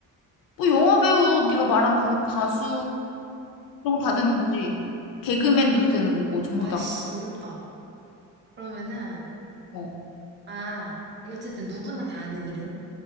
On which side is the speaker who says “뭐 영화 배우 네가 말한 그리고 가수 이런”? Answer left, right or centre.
Left